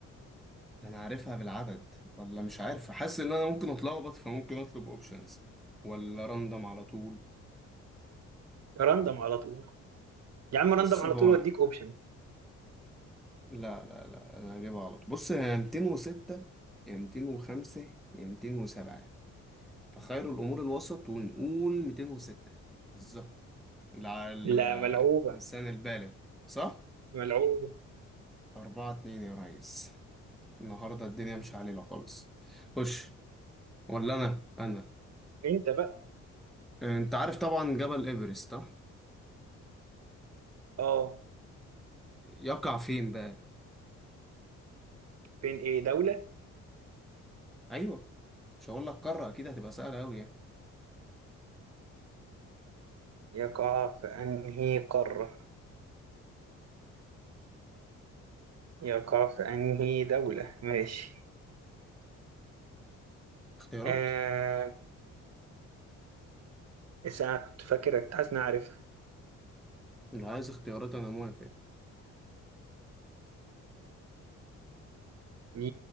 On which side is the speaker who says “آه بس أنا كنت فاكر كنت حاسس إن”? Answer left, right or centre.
Right